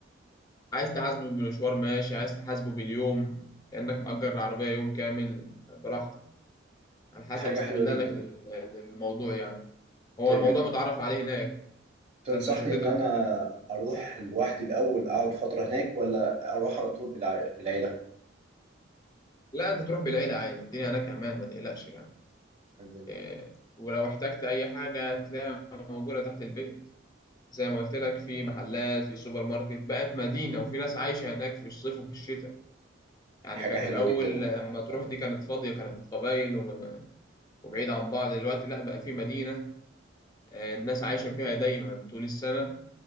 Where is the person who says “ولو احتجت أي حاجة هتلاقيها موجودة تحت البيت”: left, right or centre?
Left